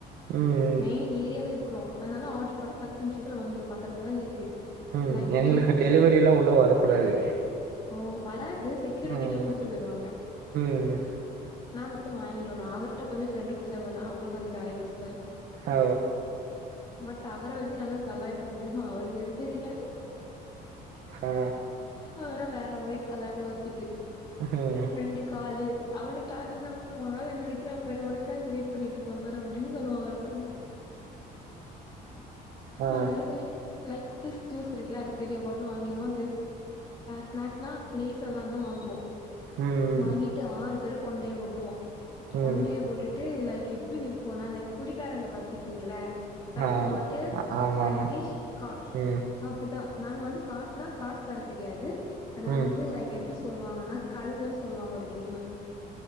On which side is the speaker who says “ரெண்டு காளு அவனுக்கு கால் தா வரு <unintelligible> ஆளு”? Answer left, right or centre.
Left